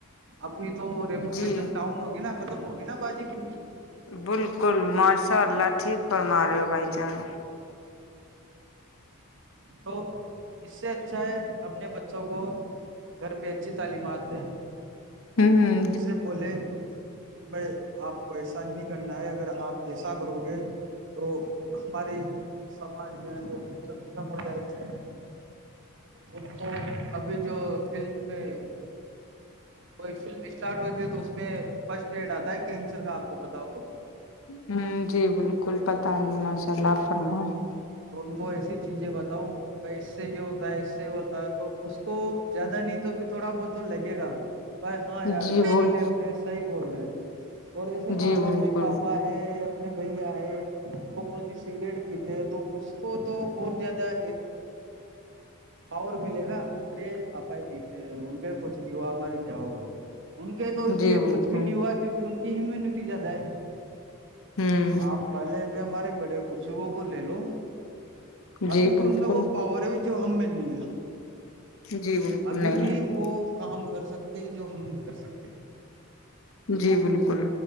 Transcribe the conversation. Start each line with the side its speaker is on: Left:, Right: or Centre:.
Right: اپنی تو ریپوٹیشن
Left: جی
Right: ڈاؤن ہوگی نا ختم ہوگی نا باجی کی
Left: بالکل ماشاء اللہ ٹھیک فرما رہے ہو بھائی جان
Right: تو اس سے اچھا ہے اپنے بچوں کو گھر پہ اچھی تعلیمات دیں
Left: ہمم
Right: اس سے بولے بائی آپ کو ایسا نہیں کرنا ہے اگر آپ ایسا کرو گے تو ہمارے سماج میں ختم ہو جائے گی ان ابھی جو فلم میں کوئی فلم اسٹارٹ ہوتے ہے تو اس میں فرسٹ ایڈ آتا ہے کینسر کا آپ کو پتا ہو تو
Left: ہمم جی بالکل پتہ نہیں ماشاء اللہ فرمائیں
Right: تو ان کو ایسی چیزیں بتاؤ بھائی اس سے یہ ہوتا ہے اس سے یہ ہوتا ہے تو اس کو زیادہ نہیں تو بھی تھوڑا بہت تو لگے گا بھائی ہاں یار
Left: جی
Right: گھر
Left: بول
Right: والے اپنے صحیح بول رہے ہیں اور جیسے
Left: جی
Right: مان لو
Left: بالکل
Right: اپنے پاپا ہے اپنےبھیا ہے وہ وہ جی سگریٹ پیتے تو اس کو تو اور زیادہ پاور ملے گا ارے پاپ پاپا پیتے ان کے کچھ نہیں ہوا ہمارے کیا ہوگا ان کے تو اس
Left: جی
Right: لیے
Left: بالکل
Right: کچھ بھی نہیں ہوا کیکہ ان کہ ہیمیونٹی زیادہ ہے
Left: ہوں
Right: ہاں پہلے کے ہمارے بڑے بزرگوں کو لیے لو
Left: جی
Right: ابھی بھی
Left: بالکل
Right: ان میں وہ پاور ہے جو ہم میں نہیں ہے
Left: جی بالکل
Right: ابھی
Left: نہیں
Right: بھی
Left: ہے
Right: وہ کام کر سکتے جو ہم نہیں کر سکتے
Left: جی بالکل